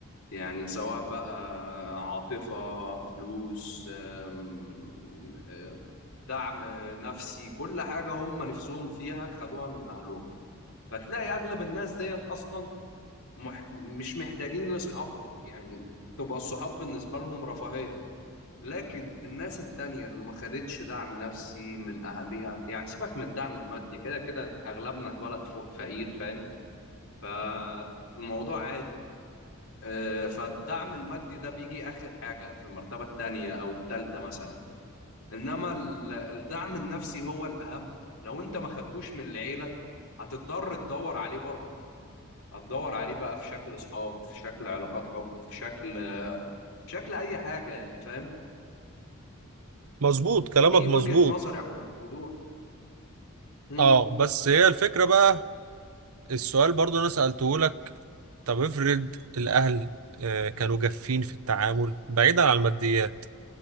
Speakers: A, on the left (about 70°); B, on the right (about 80°).
A: يعني سواء بقى عاطفة فلوس أم، أم، دعم نفسي كل حاجة هم نفسهم فيها خدوها من أهلهم فتلاقي أغلب الناس ديت أصلا مح مش محتاجين لأصحابهم يعني تبقى الصحاب بالنسبة لهم رفاهية لكن الناس التانية اللي ما خدتش دعم نفسي من أهلها يعني سيبك من الدعم المادي كده كده أغلبنا اتولد فوق فقير فاهم فالموضوع عادي آه، فالدعم المادي ده بيجي آخر حاجة في المرتبة التانية أو التالتة مثلا إنما ال- الدعم النفسي هو الأهم لو أنت ما خدتوش من العيلة هتضطر تدور عليه بره هتدور عليه بقى في شكل أصحاب في شكل علاقات حب في شكل في شكل أي حاجة يعني فاهم
B: مظبوط كلامك
A: دي
B: مظبوط
A: وجهة نظري عن الموضوع مم.
B: اه بس هي الفكره بقى السؤال برضو انا سالته لك طب افرض الاهل آه، كانوا جافين في التعامل بعيدا عن الماديات